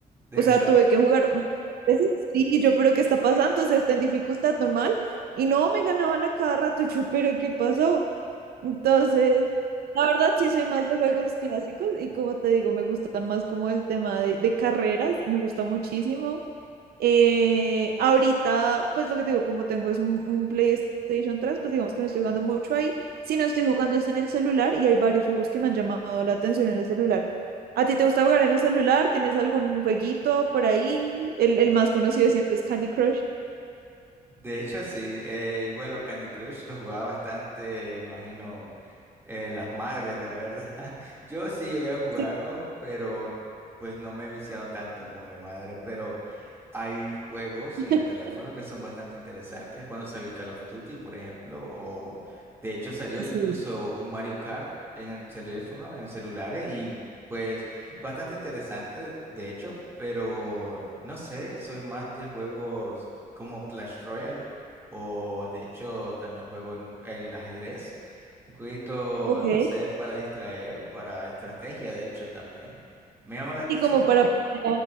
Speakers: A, on the right; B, on the right.
A: de
B: O
A: verdad.
B: sea, tuve que jugar. muchas veces. Sí, y yo, pero ¿qué está pasando? O sea, está en dificultad normal. Y no, me ganaban a cada rato. Y yo, pero ¿qué pasó? Entonces, la verdad sí soy más de juegos clásicos y como te digo, me gustan más como el tema de, de carreras, me gusta muchísimo. Eh, ahorita, pues lo que te digo, como tengo es un, un PlayStation tres pues digamos que no estoy jugando mucho ahí, Si no estoy jugando es en el celular y hay varios juegos que me han llamado la atención en el celular. ¿A ti te gusta jugar en el celular? ¿Tienes algún jueguito por ahí? El,
A: <laughs>
B: el más conocido siempre es Candy Crush.
A: De hecho, sí. Eh, y bueno, Candy Crush lo jugaba bastante, me imagino, eh, las madres, de verdad. <laughs> Yo sí llegué a jugarlo,
B: Sí,
A: pero pues no me he viciado tanto como mi madre. Pero hay juegos
B: <laughs>
A: en el teléfono que son bastante interesantes. Cuando salió el Call of Duty, por ejemplo, o de hecho salió
B: así
A: incluso
B: es.
A: un Mario Kart en el teléfono, en el celular, eh, y pues bastante interesante, de hecho, pero no sé, soy más de juegos como Clash Royale o de hecho también juego en el ajedrez, un jueguito,
B: Ok.
A: no sé, para distraer, para estrategia de hecho también. Me llama la atención,
B: Y como para poner